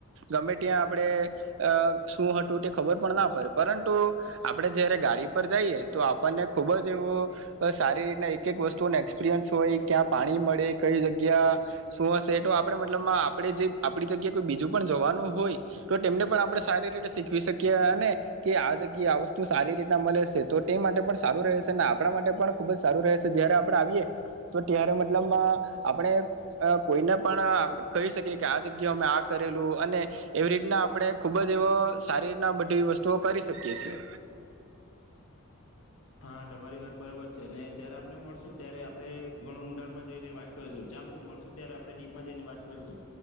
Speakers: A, on the right; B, on the left.
A: ગમે ત્યાં આપણે અહ શું હતું તેની ખબર પણ ન પડે, પરંતુ આપણે જ્યારે ગાડી પર જઈએ, તો આપણને ખૂબ જ એવો સારી રીતના એક-એક વસ્તુનો એક્સપિરિયન્સ હોય, ક્યાં પાણી મળે, કઈ જગ્યા શું હશે, એ તો આપણે મતલબમાં આપણે જે આપણી જગ્યાએ કોઈ બીજું પણ જવાનું હોય તો તેમને પણ આપણે સારી રીતે શીખવી શકીએ અને કે આ જગ્યાએ આ વસ્તુ સારી રીતના મલે સે તો તે માટે પણ સારું રહે સે, અને આપણા માટે પણ ખૂબ જ સારું રહે છે, જયારે આપણે આવીએ તો ત્યારે મતલબમાં આપણે કોઈને પણ કહી શકીએ, કે આ જગ્યા અમે આ કરેલું અને એવી રીતના આપણે ખૂબ જ એવો સારી રીતના બધી વસ્તુઓ કરી શકીએ છીએ.
B: હા તમારી વાત બરાબર છે અને જયારે આપણે મળશું ત્યારે આપણે ઘણું ઊંડાણમાં જઈને વાત કરીશું, ચાલો મળશું ત્યારે આપણે ડીપમાં જઈને વાત કરીશું.